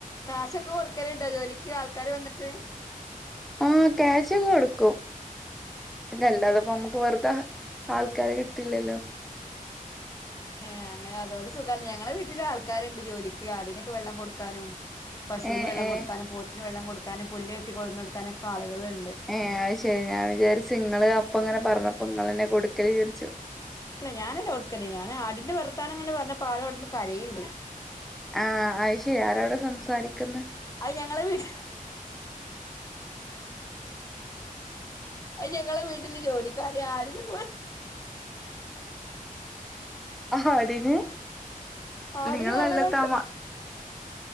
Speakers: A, on the left; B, in the centre.
A: കാശൊക്കെ കൊടുക്കല് ഇണ്ടോ ജോലിക്ക് ആൾക്കാര് വന്നിട്ട്
B: ആഹ് ക്യാഷ് ഒക്കെ കൊടുക്കും അല്ലാതപ്പ നമ്മുക്ക് വെറുതെ ആൾക്കാരെ കിട്ടില്ലല്ലോ
A: ഏഹ് അങ്ങനെ അതോണ്ട് സുഖം ഞങ്ങളെ വീട്ടില് ആൾക്കാരുണ്ട് ജോലിക്ക് ആടിനൊക്കെ വെള്ളം കൊടുക്കാനും പശുവിന്
B: ഏ
A: വെള്ളം
B: ഏ
A: കൊടുക്കാനും പോത്തിന് വെള്ളം കൊടുക്കാനും പുല്ല് വെട്ടി കൊടുന്ന്ടുക്കാനൊക്കെ ആള്കള്ണ്ട്
B: ഏഹ അത് ശരി ഞാൻ വിചാരിച്ചു ഇങ്ങള് അപ്പ ഇങ്ങനെ പറഞ്ഞപ്പോ ഇങ്ങളെന്നെ കൊടുക്കല് വിചാരിച്ചു
A: അല്ല ഞാനല്ല കൊടുക്കൽ ഞാന് ആടിന്റെ വർത്താനം ഇങ്ങനെ പറഞ്ഞപ്പോ ആടവിടുന്ന് കരയ്ണ്ട്
B: ആഹ അയ്ശെരി ആരവിടെ സംസാരിക്കുന്നേ
A: അത് ഞങ്ങളെ വീട് അത് ഞങ്ങളെ വീട്ടില് ജോലിക്കാര് ആടിനെ
B: ആടിന്
A: ആടിന്
B: നിങ്ങൾ
A: വെള്ളം
B: നല്ല
A: കൊടുക്ക
B: തമാ